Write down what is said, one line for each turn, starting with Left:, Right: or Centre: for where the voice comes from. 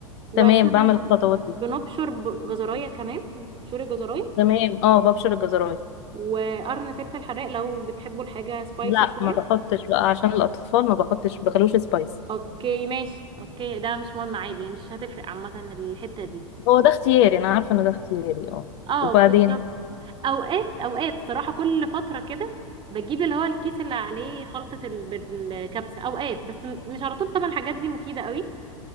Right: واحنا
Left: تمام
Right: بن
Left: بعمل الخطوات
Right: بنبشر
Left: دي
Right: ب- جزراية كمان بتبشري جزراية
Left: تمام اه ببشر الجزرايه
Right: وقرن فلفل حراق لو بتحبوا الحاجة سبايسي
Left: لا
Right: شوية
Left: ما بحطش بقى عشان الاطفال ما بحطش ما بخلوش سبايسي
Right: اوكي ماشي اوكي ده مش مهم عادي مش هتفرق عامة الحتة دي
Left: هو ده اختياري انا عارفه ان ده اختياري اه
Right: اه
Left: وبعدين
Right: بالظبط اوقات اوقات صراحة كل فترة كده بجيب اللي هو الكيس اللي عليه خلطة الب- الكبسة اوقات بس م- مش على طول طبعا الحاجات دي مفيدة قوي